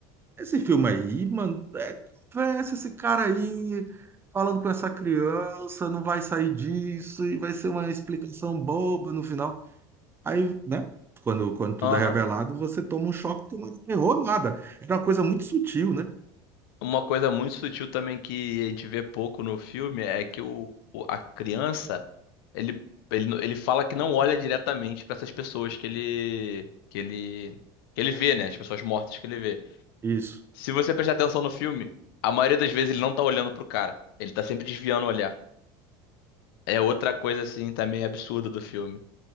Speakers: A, on the right (about 20°); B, on the left (about 90°).
A: Esse filme aí, mano, é conversa, esse cara aí falando com essa criança, não vai sair disso, e vai ser uma explicação boba no final. Aí, né? Quando, quando tudo
B: Aham.
A: é revelado, você toma um choque que não era terror, nada. Era uma coisa muito sutil, né?
B: Uma coisa muito sutil também que a gente vê pouco no filme é que o, o- a criança ele, ele, não- ele fala que não olha diretamente para essas pessoas que ele que ele que ele vê, né? As pessoas mortas que ele vê.
A: Isso.
B: Se você prestar atenção no filme, a maioria das vezes ele não tá olhando pro cara. Ele tá sempre desviando o olhar. É outra coisa assim também absurda do filme,